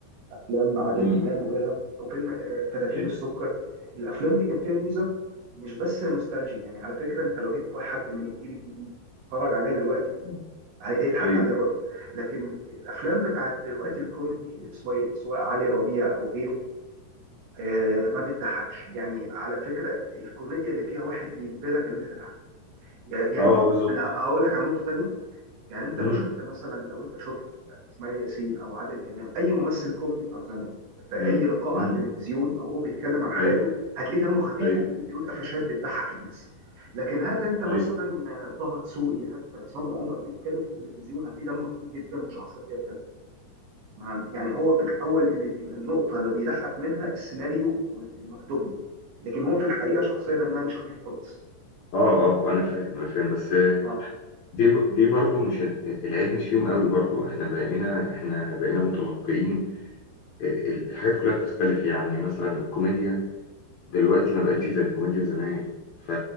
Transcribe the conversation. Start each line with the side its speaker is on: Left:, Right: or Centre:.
Right: افلام عادل
Left: امم
Right: امام وغيرها او فيلم آه، فتافيت
Left: ايوه
Right: السكر الافلام دي كان فيها ميزه مش بس نوستالجي يعني على فكره انت لو جبت واحد من الجيل الجديد اتفرج عليها دلوقتي
Left: مم.
Right: هي- هيضحك
Left: ايوه
Right: عليها برضه لكن الافلام بتاعت دلوقتي الكوميدي سواء سواء علي ربيع او غيره آه، ما بتضحكش يعني على فكره الكوميديا اللي فيها واحد بيجبرك ان انت تضحك يعني
Left: اه آه، بالظبط
Right: انا هقول لك على نقطه تانية يعني انت
Left: امم
Right: لو شفت مثلا لو انت شفت اسماعيل ياسين او عادل امام اي ممثل كوميدي بتاع زمان في
Left: امم
Right: اي لقاء على
Left: امم
Right: التلفزيون او هو بيتكلم عن حياته
Left: ايوه
Right: هتلاقيه دمه خفيف
Left: ايوه
Right: وبيقول بيقول قفشات بتضحك الناس لكن هات انت مثلا
Left: ايوه
Right: طه دسوقي هات عصام عمر بيتكلم في التلفزيون هتلاقيه دمه تقيل جدا وشخصيه ما عند... يعني هو في الاول اللي النقطه اللي بيضحك منها السيناريو اللي مكتوب له لكن هو في الحقيقه شخصيه دمها مش خفيف خالص
Left: اه اه آه، انا فاهم انا فاهم بس
Right: آه.
Left: دي ب- دي برضو مش ال- العيب مش فيهم قوي برضو احنا بقينا احنا بقينا متلقيين آه، ال- الحاجات كلها بتختلف يعني مثلا الكوميديا دلوقتي ما بقتش زي الكوميديا زمان ف